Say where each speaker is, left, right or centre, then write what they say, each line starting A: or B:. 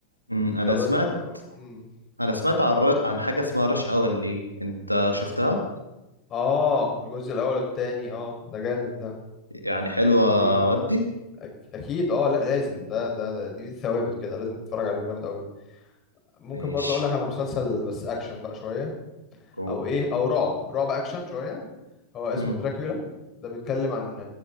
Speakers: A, on the right (about 85°); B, on the left (about 30°).
A: امم انا
B: طب
A: سمعت
B: ال- مم.
A: انا سمعت عن ر... عن حاجة اسمها رش اور ليه انت شفتها
B: اه الجزء الاول والتاني اه ده جامد ده
A: يعني حلوة
B: جامدين
A: ودي
B: أك... اكيد اه لا لازم ده ده, ده دي من الثوابت كده لازم تتفرج عليهم جامد قوي ممكن
A: ماشي
B: برضه اقول لك على مسلسل بس اكشن بقى شوية
A: قول
B: او ايه او رعب رعب اكشن شوية هو اسمه
A: امم
B: دراكولا ده بيتكلم عن